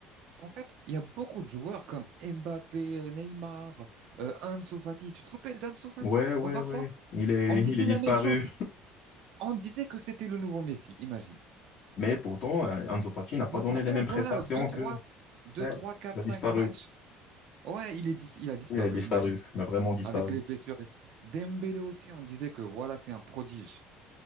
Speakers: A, on the right (about 55°); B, on the left (about 45°).
A: parce qu'en fait, il y a beaucoup de joueurs comme Mbappé, Neymar, euh, Ansu Fati. Tu te rappelles d'Ansu Fati
B: Ouais, ouais,
A: au Barça?
B: ouais. Il est,
A: On disait
B: il est disparu.
A: la même chose. c'est- On disait que c'était le nouveau Messi, imagine.
B: Mais pourtant, euh, Ansu Fati n'a pas
A: Mais
B: donné
A: pourtant,
B: les mêmes prestations
A: voilà, deux trois
B: que.
A: deux
B: Ouais,
A: 3 4
B: il a
A: 5
B: disparu.
A: matchs. Ouais, il est dis- il a disparu,
B: Il a disparu.
A: imagine.
B: Il a vraiment disparu.
A: Avec les blessures. etc. Dembélé aussi, on disait que voilà, c'est un prodige.